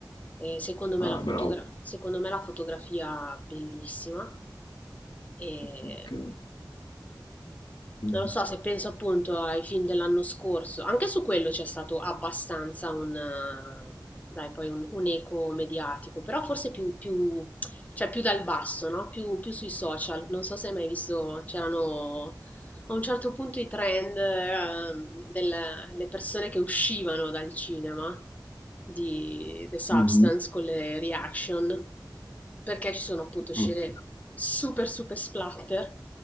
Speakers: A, on the left (about 20°); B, on the left (about 85°).
A: e secondo me
B: Ah,
A: la fotogra-
B: bravo.
A: secondo me la fotografia bellissima, e
B: Ok. Mhm.
A: non lo so, se penso appunto ai film dell'anno scorso, anche su quello c'è stato abbastanza un, eh, dai, poi un, un eco mediatico, però forse più, più- cioè più dal basso, no? Più, più sui social. Non so se hai mai visto, c'erano a un certo punto i trend, eh, delle persone che uscivano dal cinema di The Substance
B: Mhm.
A: con le reaction perché ci sono appunto scene
B: Ok.
A: super super splatter